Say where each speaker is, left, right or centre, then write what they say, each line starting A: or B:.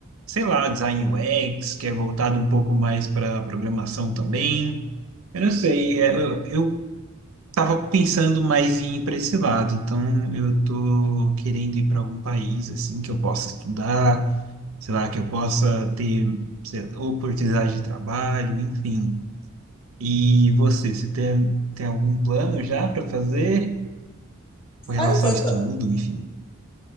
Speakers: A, on the right; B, on the left.
A: sei lá, design UX, que é voltado um pouco mais para programação também. Eu não sei, é, eu, eu tava pensando mais em ir para esse lado, então eu tô querendo ir para algum país assim que eu possa estudar, sei lá, que eu possa ter sei lá, oportunidade de trabalho, enfim. E você, você tem, tem algum plano já para fazer com relação
B: Ah, então,
A: ao estudo,
B: tá-
A: enfim?